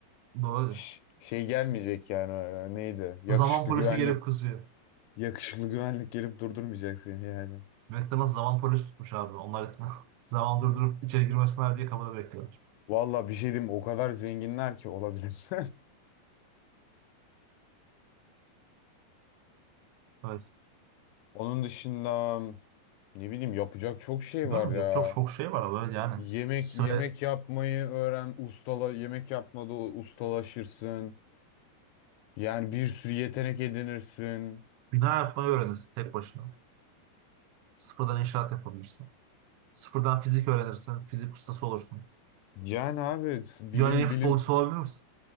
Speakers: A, on the right (about 85°); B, on the left (about 85°).
A: Doğru.
B: Şş, şey gelmeyecek yani öyle. Neydi? Yakışıklı
A: Zaman polisi
B: güvenlik.
A: gelip kızıyor.
B: Yakışıklı güvenlik gelip durdurmayacak seni yani.
A: McDonald's zaman polisi tutmuş abi. Onlar <laughs> zaman durdurup içeri girmesinler diye kapıda bekliyorlar.
B: Valla bir şey diyeyim o kadar zenginler ki olabilir.
A: Evet.
B: <laughs> Onun dışında ne bileyim yapacak çok şey
A: Bilmiyorum
B: var ya.
A: yok çok çok şey var abi. Evet Yani
B: Yemek
A: s- sıra
B: yemek yapmayı öğren, ustala yemek yapmada ustalaşırsın. Yani bir sürü yetenek edinirsin.
A: bina yapmayı öğrenirsin tek başına. Sıfırdan inşaat yapabilirsin. Sıfırdan fizik öğrenirsin. Fizik ustası olursun.
B: Yani abi bilim
A: Dünyanın en iyi futbolcusu
B: bilim
A: olabilir misin?